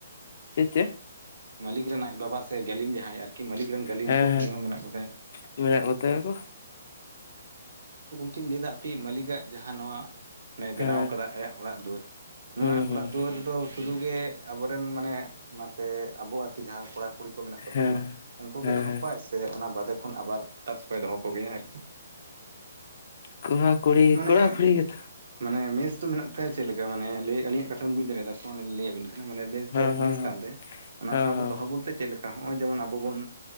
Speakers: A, on the left; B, on the right.
A: ᱪᱮᱫ ᱪᱮᱜ
B: ᱢᱟᱹᱞᱤᱠ ᱨᱮᱱ ᱟᱡ ᱵᱟᱵᱟ ᱥᱮ ᱜᱟᱹᱞᱤᱢ ᱡᱟᱦᱟᱸᱭ ᱟᱨᱠᱤ ᱢᱟᱹᱞᱤᱠ ᱨᱮᱱ ᱜᱟᱹᱞᱤᱢ
A: ᱦᱮᱸ
B: ᱠᱚ ᱩᱱᱤ ᱦᱚᱸ ᱢᱮᱱᱟᱜ ᱠᱚᱛᱟᱭᱟ
A: ᱦᱮᱸ ᱢᱮᱱᱟᱜ ᱠᱚᱛᱟᱭᱟ ᱠᱚ
B: ᱛᱤᱧ ᱞᱟᱹᱭᱫᱟ ᱟᱯᱮᱭᱤᱜ ᱢᱟᱹᱞᱤᱠᱟᱜ ᱡᱟᱦᱟ ᱱᱚᱶᱟ ᱱᱮ
A: ᱦᱮᱸ
B: ᱵᱮᱱᱟᱣ ᱠᱟᱫᱟ ᱟᱭᱟᱜ ᱚᱲᱟᱜ ᱫᱩᱣᱟᱹᱨ ᱱᱚᱣᱟ
A: ᱦᱩᱸ ᱦᱩᱸ
B: ᱚᱲᱟᱜ ᱫᱩᱣᱟᱹᱨ ᱨᱮᱫᱚ ᱥᱩᱫᱩ ᱜᱮ ᱟᱵᱚᱨᱮᱱ ᱢᱟᱱᱮ ᱱᱚᱛᱮ ᱟᱵᱚ ᱟᱨᱠᱤ ᱡᱟᱦᱟ ᱠᱚᱲᱟ ᱠᱩᱲᱤ ᱠᱚ ᱠᱚ ᱢᱮᱱᱟᱜ ᱠᱚᱛᱟᱵᱚᱱᱟ
A: ᱦᱮᱸ
B: ᱩᱝᱠᱩ
A: ᱦᱮᱸ
B: ᱜᱮ ᱫᱚᱦᱚ
A: ᱦᱮᱸ
B: ᱠᱚᱣᱟᱭ ᱥᱮ ᱚᱱᱟ ᱵᱟᱫᱮ ᱠᱷᱚᱱ ᱟᱵᱟᱨ ᱟᱫᱟᱨᱥ ᱠᱚᱭ ᱫᱚᱦᱚ ᱠᱚᱜᱮᱭᱟ ᱟᱨᱠᱤ᱾
A: ᱠᱚᱲᱟ ᱠᱩᱲᱤ
B: ᱢᱟᱱᱮ
A: ᱠᱚᱲᱟ ᱠᱩᱲᱤ ᱜᱮ ᱛᱚ᱾
B: ᱢᱟᱱᱮ ᱢᱮᱥ ᱫᱚ ᱢᱮᱱᱟᱜ ᱛᱟᱭᱟ ᱪᱮᱫ ᱞᱮᱠᱟ ᱢᱟᱱᱮ ᱞᱟᱹᱭ ᱟᱞᱤᱧᱟᱜ ᱠᱟᱷᱟ ᱵᱤᱱ ᱵᱩᱡ ᱫᱟᱲᱮᱭᱟᱫᱟ ᱛᱚ ᱚᱱᱮ ᱞᱟᱹᱭᱟᱵᱤᱱ ᱠᱟᱱᱟ ᱢᱟᱱᱮ ᱵᱮᱥ
A: ᱦᱮᱸ
B: ᱫᱚᱭ
A: ᱦᱮᱸ
B: ᱢᱮᱥ ᱠᱟᱱ ᱛᱟᱭᱟ ᱚᱱᱟ,
A: ᱦᱮᱸ
B: ᱥᱟᱶᱛᱮ ᱫᱚᱦᱚ ᱵᱚᱞᱛᱮ ᱪᱮᱫ ᱞᱮᱠᱟ ᱱᱚᱜᱼᱚᱭ ᱡᱮᱢᱚᱱ ᱟᱵᱳ ᱵᱳᱱ